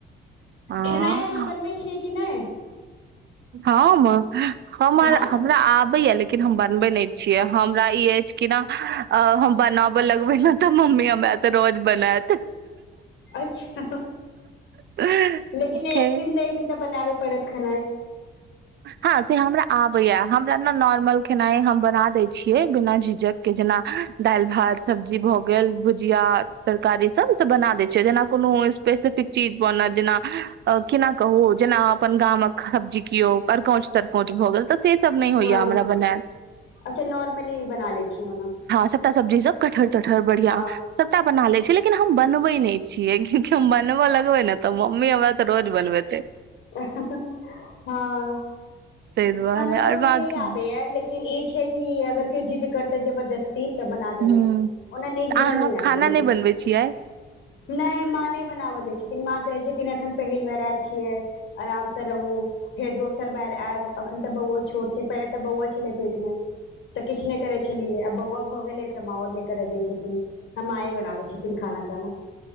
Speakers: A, on the right; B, on the left.
A: हँ
B: खेनाइ अहाँ बनबै छियै कि नहि?
A: हम, हमर
B: हँ
A: हमरा आबे य लेकिन हम बनबे नहि छियै, हमरा ई अछि कि ने, अ हम बनाबय लगबे ने तऽ मम्मी हमरा से रोज बनायत।
B: अच्छा
A: खैर
B: लेकिन एक दिन ने एक दिन, तऽ बनाबे पड़त खेनाइ।
A: हँ से हमरा आबैया, हमरा ने नॉर्मल खेनाइ हम बना दै छियै, बिना झिझक के जेना दालि -भात सब्जी भए गेल, भुजिया, तरकारी सब, सब बना देय छै, जेना कोनो स्पेसिफिक चीज बनत, जेना अ केना कहू, जेना अह अपन गामक सब्जी केयओ। अरिकोच- तरकोच भ हो गेल। से सब नहि होइए
B: हँ
A: हमरा बनेय।
B: अच्छा नॉर्मली बना लै छी ओना
A: सबटा सब्जी सब, कठहर -तठहर बढ़िया,
B: हँ
A: सबटा बना ले छियै, लेकिन हम बनबे नहि छियै। कि हम बनबऽ लगबै ने तऽ, मम्मी हमरा तऽ रोज बनबेतै।
B: हँ,
A: ताहि दुआरे
B: हमरो
A: आओर
B: ओना
A: बाकी
B: नहि आबे य, लेकिन लेकिन ई छै कि, अगर केओ जिद्द करते जबरदस्त ती त बना
A: हूँ
B: देबै, ओना नीक
A: तऽ
B: जेना
A: अहाँ
B: नहि
A: खाना
B: आबै, लेकिन
A: बनबै छियै
B: नहि माँ नहि बनाबऽ दै छथिन, माँ कहे छथिन, अखन पहिल बेेर आयल छियै। आराम से रहू। फेर दोसर बेर आयब, एखन तऽ बौआ छोट छै, पहिले तऽ बौआ छलै पेट मे। तऽ किछु नहि करै छलियै, आब बौआ भऽ गेलै, तऽ माँ आओर नहि कर दै छथिन। हं माए बनाबै छथिन खाना ताना